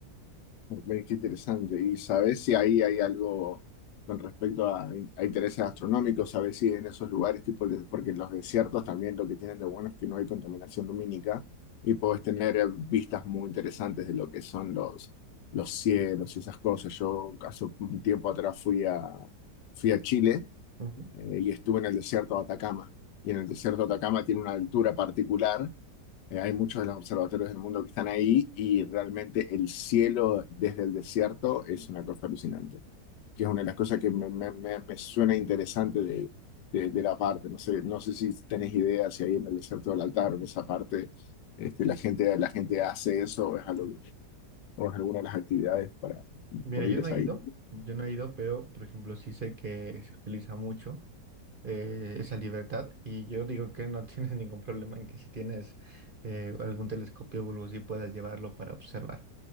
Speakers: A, on the left (about 80°); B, on the right (about 40°).
A: Ve, Qué interesante. ¿Y sabes si ahí hay algo con respecto a, in- a intereses astronómicos? ¿Sabes si en esos lugares, tipo, el de- porque en los desiertos también lo que tienen de bueno es que no hay contaminación lumínica y puedes tener eh, vistas muy interesantes de lo que son los, los cielos y esas cosas? Yo hace un tiempo atrás fui a, fui a Chile
B: Ujú.
A: eh, y estuve en el desierto de Atacama. Y en el desierto de Atacama tiene una altura particular eh, hay muchos de los observatorios del mundo que están ahí y realmente el cielo desde el desierto es una cosa alucinante, que es una de las cosas que me, me- me- me suena interesante de, de- de la parte. No sé, no sé si tenés idea si ahí en el desierto del altar o en esa parte este, la gente, la gente hace eso o es, algo, o es alguna de las actividades para, disponibles
B: Mira, yo no he
A: ahí.
B: ido, yo no he ido, pero por ejemplo sí sé que se utiliza mucho eh, esa libertad y yo digo que no <laughs> tienes ningún problema en que si tienes eh, algún telescopio o algo así puedas llevarlo para observar.